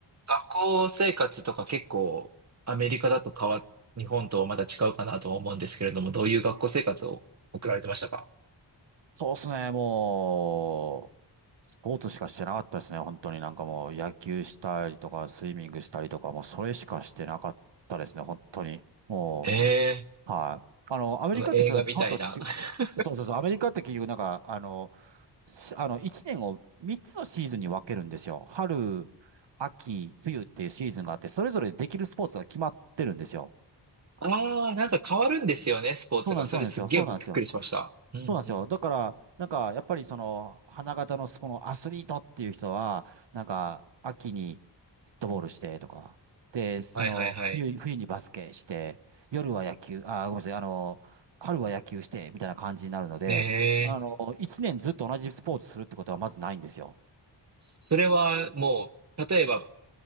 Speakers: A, on the right (about 40°); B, on the right (about 75°).
A: 学校生活とか結構アメリカだと変わ、日本とはまた違うかなとは思うんですけれども、どういう学校生活を送られてましたか
B: そうですね、もう、スポーツしかしてなかったですね、本当になんかもう野球したりとか、スイミングしたりとか、もうそれしかしてなかったですね、本当に。も
A: ええー
B: う、はい。あの、アメリカってちょっと日本とち、
A: その映画みたいな。<laughs>
B: そうそうそう、アメリカって結局なんか、あの、しあの、1年を3つのシーズンに分けるんですよ。春、秋、冬っていうシーズンがあって、それぞれできるスポーツが決まってるんですよ。
A: ああ、なんか変わるんですよね、スポーツが。
B: そうなんです、
A: それすっげえびっくりしました。
B: そうなんですよ、そうなんですよ。
A: うんうんうん。
B: そうなんですよ。だから、なんか、やっぱりその、花形のそのアスリートっていう人は、なんか、秋にフットボールしてとか、で、その、
A: はいはいはい。
B: 冬、冬にバスケして、夜は野球、あー、ごめんなさい、あの、春は野球して、みたいな感じになるので、
A: ねえ。
B: あの、一年ずっと同じスポーツするってことはまずないんですよ。
A: それはもう、例えば、